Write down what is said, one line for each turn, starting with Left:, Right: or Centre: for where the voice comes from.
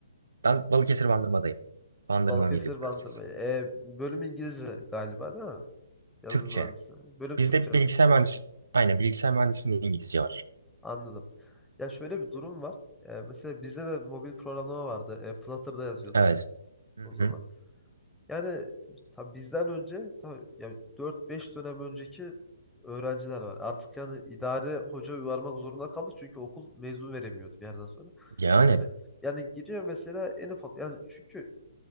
Right: Ben Balıkesir Bandırma'dayım. Bandırma
Centre: Balıkesir
Right: 17 Üniversitesi.
Centre: Bandırma. E, bölüm İngilizce galiba değil mi? Yazılım
Right: Türkçe.
Centre: mühendisi. Bölüm
Right: Bizde
Centre: Türkçe mi?
Right: bilgisayar mühendisi, aynen bilgisayar mühendisliğinde İngilizce var.
Centre: Anladım. Ya şöyle bir durum var. E, mesela bizde de mobil programlama vardı. E, Flutter'da yazıyorduk
Right: Evet. Hı
Centre: o
Right: hı.
Centre: zaman. Yani tabii bizden önce tabii yani 4-5 dönem önceki öğrenciler var. Artık yani idare hoca yuvarmak zorunda kaldı çünkü okul mezun veremiyordu bir yerden sonra.
Right: Yani.
Centre: Yani yani giriyor mesela en ufak yani çünkü